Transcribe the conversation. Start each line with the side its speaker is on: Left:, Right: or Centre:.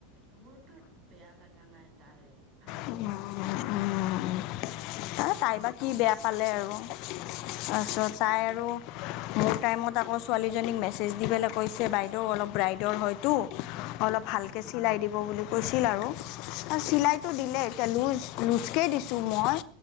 Right: মোৰতো বেয়া লাগা নাই, তাই ভালে
Left: উম,
Right: লাগছে
Left: এই
Right: অ
Left: তাই বা কি বেয়া পালে আৰু তাৰপিছত
Right: নাজানো
Left: তাই আৰু মোৰ টাইমত আকৌ ছোৱালীজনীক মেছেজ দি পেলাই কৈছে বাইদেউ অলপ ব্ৰাইড হয়তো অলপ ভালকৈ
Right: অ',
Left: চিলাই দিব বুলি কৈছিল, আৰু চিলাই দিমেই এতিয়া লুজ, লুজ কে দিছোঁ মই